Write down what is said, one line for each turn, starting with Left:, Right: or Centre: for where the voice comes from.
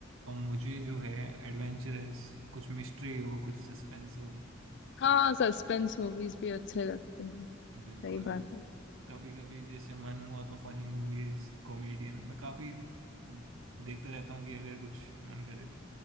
Right: मुझे जो है एडवेंचरस कुछ मिस्ट्री हो कुछ सस्पेंस हो
Left: हाँ
Right: तो
Left: सस्पेंस मूवीज भी अच्छे लगते हैं सही
Right: बिल्कुल
Left: बात है
Right: कभी कभी जैसे मन हुआ तो फनी मूवीज कॉमेडियन मैं काफी देखता रहता हूँ कि अगर कुछ मन करे तो